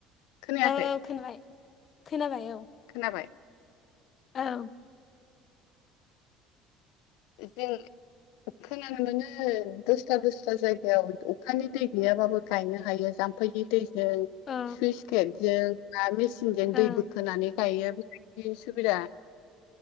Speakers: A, on the left (about 85°); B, on the left (about 35°).
A: खोनायाखै?
B: औ औ खोनाबाय खोनाबाय औ।
A: खोनाबाय?
B: औ
A: जों खोनानो मोनो दसथ्रा दसथ्रा जायगायाव अखानि दै गैयाबाबो गायनो हायो जाम्फैनि दै जों
B: औ
A: सुइस गेटजों बा मेचिनजों
B: औ
A: दै बोखोनानै गायो बिदि सुबिदा